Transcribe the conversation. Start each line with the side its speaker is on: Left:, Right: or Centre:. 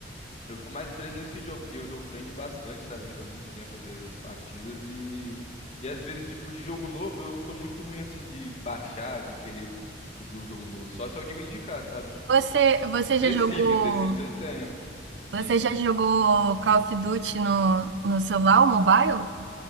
Left: eu fico mais preso nesse jogo, porque o jogo prende bastante, sabe? Eu tive muito tempo, às vezes, as partidas e... E às vezes, tipo, de jogo novo, eu sou muito ruim, assim, de baixar, de querer descobrir um jogo novo. Só se alguém me indicar, sabe? Tipo,
Right: Você, você
Left: tipo The
Right: já jogou,
Left: Sims, The Sims eu tenho.
Right: você
Left: Hum.
Right: já jogou Call of Duty no, no celular, o mobile?